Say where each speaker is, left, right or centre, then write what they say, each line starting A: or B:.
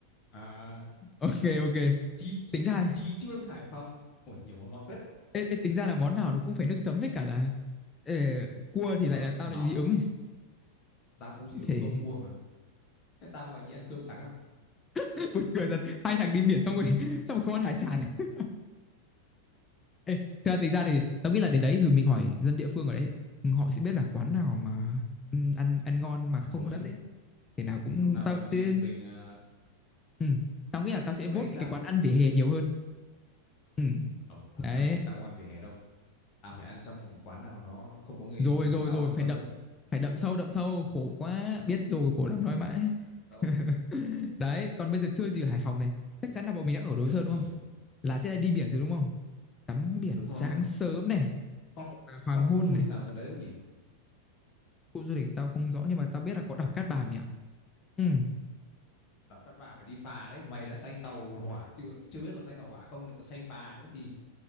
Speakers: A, on the left; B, on the left.
A: à
B: ok ok
A: chí
B: tính ra
A: chí trương Hải Phòng ui nhiều món ngon phết đấy
B: Ê, ê, tính ra là món nào nó cũng phải nước chấm với cả là ờ, cua thì lại
A: ờ
B: là tao
A: nó,
B: lại dị ứng
A: nó tao cũng dị ứng
B: thì
A: tôm cua mà Thế tao mày đi ăn cơm trắng à?
B: <laughs> buồn cười thật hai thằng đi biển xong rồi <laughs> xong rồi không ăn hải sản <laughs> Ê, thật ra tính ra thì tao nghĩ là đến đấy rồi mình hỏi dân địa phương ở đấy ừ, họ sẽ biết là quán nào mà ăn ăn, ăn ngon mà
A: À
B: không
A: thôi,
B: có đắt đấy. thế nào cũng
A: lúc nào
B: tao
A: gần đi
B: sẽ
A: thì mình uh,
B: ừ, tao nghĩ là tao sẽ
A: tiệm
B: vote
A: mấy cái trang
B: những cái quán ăn vỉa hè nhiều hơn ừ.
A: không, tao
B: đấy
A: không ăn tao không ăn vỉa hè đâu. Tao phải ăn trong một cái quán nào nó không có người
B: rồi
A: nhìn
B: rồi
A: tao
B: rồi
A: ăn
B: phải
A: cơ.
B: đậm phải đậm sâu đậm sâu khổ quá biết rồi
A: Ừ,
B: khổ
A: Đúng
B: lắm
A: rồi.
B: nói mãi <laughs>
A: Đâu?
B: Đấy, còn bây giờ chơi gì ở Hải Phòng này? Chắc chắn là bọn mình đã ở Đồ
A: Chơi
B: Sơn
A: gì
B: đúng không?
A: à?
B: Là sẽ đi biển rồi
A: Ừ,
B: đúng không? Tắm biển
A: đúng
B: sáng
A: rồi.
B: sớm này,
A: Có
B: hoặc là hoàng
A: có khu
B: hôn
A: du
B: này.
A: lịch nào gần đấy không nhỉ?
B: Khu du lịch tao không rõ nhưng mà tao biết là có đảo Cát Bà mày ạ. Ừ.
A: Đảo Cát Bà phải đi phà đấy, mày đã say tàu hỏa chưa? Chưa biết còn say tàu hỏa không, lại còn say phà nữa thì